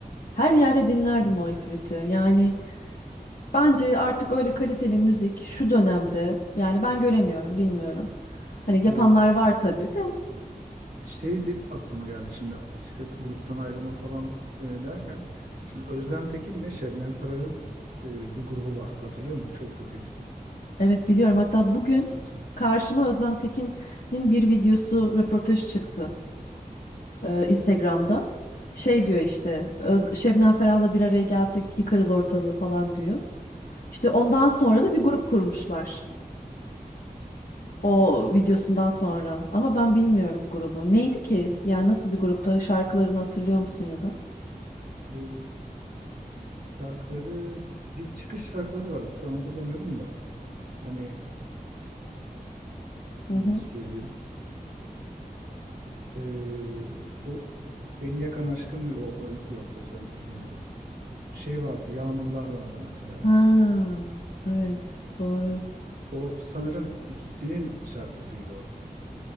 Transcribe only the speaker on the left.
Her yerde dinlerdim
o İfrit'i. Yani Bence artık öyle kaliteli müzik şu dönemde yani ben göremiyorum, bilmiyorum. Hani
yapanlar var tabii de.
Evet biliyorum. Hatta bugün
karşıma Özlem Tekin'in bir videosu, röportaj çıktı e, Instagram'da. Şey diyor işte, Öz Şebnem Ferah'la bir araya gelsek yıkarız ortalığı falan diyor. İşte ondan sonra da bir grup kurmuşlar. O videosundan sonra. Ama ben bilmiyorum grubu. Neydi ki? Yani nasıl bir grupta? Şarkılarını hatırlıyor musun ya da?
Hı hı.
Ha, evet, doğru.